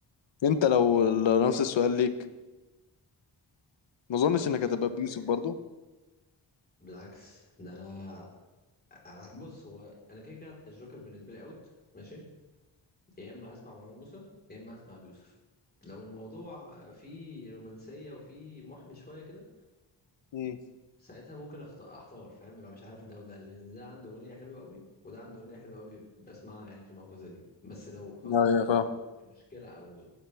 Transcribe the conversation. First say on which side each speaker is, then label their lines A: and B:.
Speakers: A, on the left (about 75°); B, on the left (about 20°).
A: انت لو لو نفس السؤال ليك ما اظنش
B: أنا
A: انك
B: نفس
A: هتبقى
B: السؤال
A: بيوسف
B: ليا
A: برضو
B: بالعكس ده أنا ع- بص هو أنا كده كده الجوكر بالنسبة لي أوت ماشي يا إما هسمع مروان موسى يا إما هسمع أبي يوسف لو الموضوع فيه رومانسية وفيه محن شوية كده
A: امم
B: ساعتها ممكن أخت- احتار فاهم يبقى مش عارف ده وده لان ده عنده اغنيه حلوه قوي وده عنده اغنيه حلوه قوي بسمعها يعني في المواقف زي دي بس لو حزن
A: ايوه
B: عامه
A: فاهم
B: في مشكله او